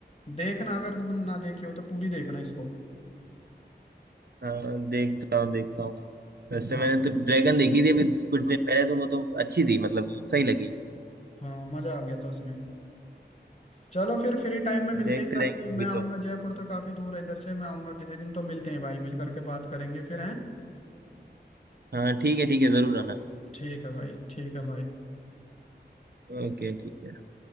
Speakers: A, on the left; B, on the right.
A: देखना अगर तुम ना देखे हो तो पूरी देखना इसको
B: हाँ देखता हूँ देखता हूँ वैसे
A: हाँ
B: मैंने तो ड्रैगन देखी थी अभी कुछ दिन पहले तो वो तो अच्छी थी मतलब सही लगी
A: हाँ मजा आ गया था उसमें चलो फिर फ्री टाइम में मिलते
B: देखते
A: हैं कभी
B: रहेंगे मूवी
A: मैं आऊंगा
B: तो
A: जयपुर तो काफी दूर है इधर से मैं आऊंगा किसी दिन तो मिलते हैं भाई मिल करके बात करेंगे फिर हैं
B: हाँ ठीक है ठीक है जरूर आना
A: ठीक है भाई ठीक है भाई
B: ओके ठीक है